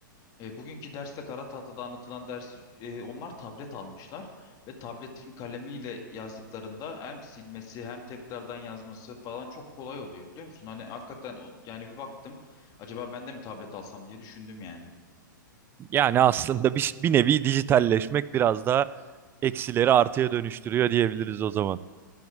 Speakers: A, on the left; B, on the right.
A: E, bugünkü derste kara tahtada anlatılan dersi e, onlar tablet almışlar ve tabletin kalemiyle yazdıklarında hem silmesi hem tekrardan yazması falan çok kolay oluyor biliyor musun? Hani hakikaten o- yani bir baktım acaba ben de mi tablet alsam diye düşündüm yani.
B: Yani aslında bir, bir nevi dijitalleşmek biraz daha eksileri artıya dönüştürüyor diyebiliriz o zaman.